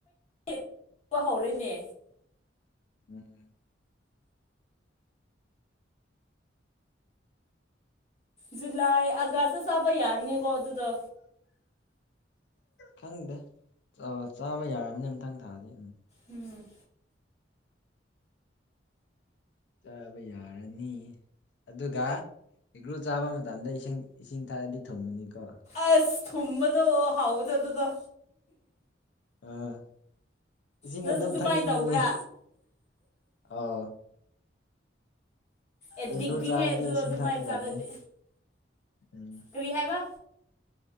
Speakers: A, on the left; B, on the left.
A: ꯍꯦꯛꯄ ꯍꯧꯔꯦꯅꯦ
B: ꯑꯝ
A: ꯖꯨꯂꯥꯢ ꯃꯒꯥꯢꯇ ꯆꯥꯕꯥ ꯌꯥꯔꯅꯤꯒꯣ ꯑꯗꯨꯗꯣ
B: ꯈꯪꯗꯦ ꯆꯥꯕ ꯌꯥꯔꯅꯤ ꯃꯊꯪ ꯊꯥꯗꯤ ꯎꯝ
A: ꯎꯝ
B: ꯆꯥꯕ ꯌꯥꯔꯅꯤ ꯑꯗꯨꯒ ꯍꯩꯒ꯭ꯔꯨ ꯆꯥꯕ ꯃꯇꯝꯗ ꯏꯁꯤꯡ ꯏꯁꯤꯡ ꯊꯥꯛꯔꯗꯤ ꯊꯨꯝꯕꯅꯤꯀꯣ
A: ꯑꯁ ꯊꯨꯝꯕꯗꯣ ꯍꯥꯎꯕꯗꯣ ꯑꯗꯨꯗꯣ
B: ꯑꯥ ꯏꯁꯤꯡ
A: ꯅꯪꯁꯨ
B: ꯑꯗꯨꯝ
A: ꯑꯗꯨꯃꯥꯏꯅ
B: ꯊꯛꯅꯤꯡꯕꯅꯦ
A: ꯇꯧꯕ꯭ꯔꯥ
B: ꯑꯥꯎ
A: ꯑꯦꯛꯗꯤꯅꯤꯍꯦ
B: ꯑꯦꯒ꯭ꯔꯨ ꯆꯥꯔꯗꯤ
A: ꯑꯗꯨ
B: ꯏꯁꯤꯡ
A: ꯑꯗꯨꯃꯥꯏꯅ
B: ꯊꯛꯀꯗꯕꯅꯤ
A: ꯆꯥꯔꯗꯤ
B: ꯎꯝ
A: ꯀꯔꯤ ꯍꯥꯏꯕ